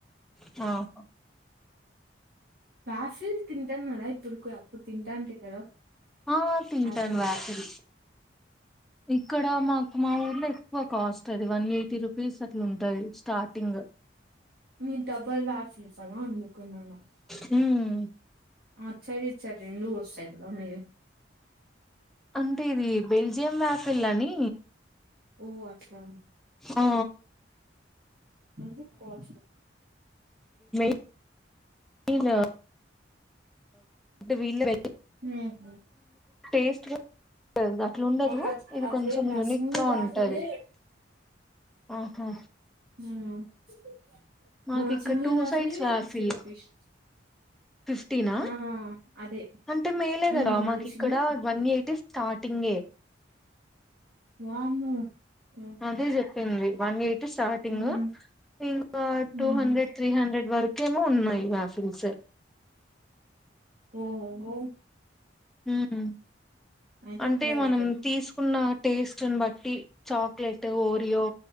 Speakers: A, in the centre; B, on the right.
A: పాపం
B: రాఫిల్ తింటన్నరా ఇప్పటికీ గూడ అప్పుడు తింటంట్రి కదా
A: ఆ తింటాను
B: ఆపిల్స్
A: ఆఫిల్స్ ఇక్కడ మాకు మా ఊర్లో ఎక్ కాస్ట్ అది వన్ ఎయ్టీ రూపీస్ అట్లుంటది స్టార్టింగే
B: మీర్ డబల్ వాక్స్ చేస్తర్ గా అందుకనన్నా
A: హుమ్
B: ఆ సర ఇ సర రెండు వస్తాయి కద మీ
A: అంటే ఇది బెల్జియం రాఫిల్ అని
B: ఓ అట్లా
A: ఆ
B: అ కోశం
A: తనా వీ వె
B: మ్మ్
A: టేస్ట్ గా అట్లు ఉండదు
B: మాకు
A: ఇది
B: అట్లేం
A: కొంచెం
B: లా
A: యూనిక్
B: సింగిల్
A: గా
B: వాఫిలే
A: ఉంటది. ఆహ్ హ
B: మ్మ్
A: మాకు ఇక్కడ
B: సింగిల్
A: టూ
B: వాఫిలే
A: సైడ్స్ రాసిల్
B: ఫిఫ్టీ రూపీస్
A: ఫిఫ్టీనా.
B: ఆ అదే
A: అంటే మేలే కదా
B: మ్మ్
A: మాకు
B: అది
A: ఇక్కడ
B: single fifty
A: one eighty start టీంగే
B: వామ్మో ఓహ్!
A: అదే జెప్పింది. వన్ ఎయిట్ స్టార్టింగ్
B: హ్మ్
A: ఇంకా
B: హ్మ్
A: టూ హండ్రెడ్, త్రీ హండ్రెడ్ వర్క్ కేమో ఉన్నాయి వాసిల్స్
B: ఓహ్ హో
A: ఉహ్
B: అయితే
A: అంటే
B: ఇక్కడ
A: మనం
B: పెట్టారు
A: తీసుకున్న టేస్ట్ని బట్టి టీ చాక్లెట్, ఓరియో